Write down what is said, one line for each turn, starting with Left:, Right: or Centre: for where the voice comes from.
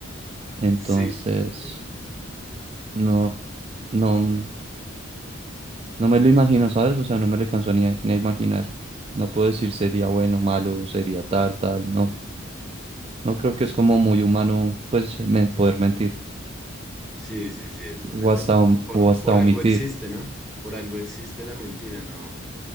Right: Entonces,
Centre: Sí, sí,
Right: no, no, mm, no me lo imagino, ¿sabes? O sea, no me lo alcanzo ni a, ni a imaginar. No puedo decir sería bueno, malo, sería tal, tal, no. No creo que es como muy humano, pues, me- poder mentir
Centre: sí, sí, sí, es-
Right: o
Centre: hace-
Right: hasta, om-
Centre: por,
Right: o hasta
Centre: por
Right: omitir.
Centre: algo existe, ¿no? Por algo existe la mentira, ¿no?